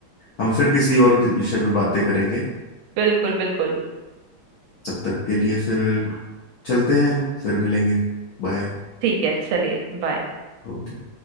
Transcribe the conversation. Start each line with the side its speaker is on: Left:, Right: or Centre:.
Left: हम फिर किसी और विषय पे बातें करेंगे
Right: बिल्कुल बिल्कुल
Left: तब तक के लिए फिर चलते हैं फिर मिलेंगे बाय
Right: ठीक है चलिए बाय
Left: ओके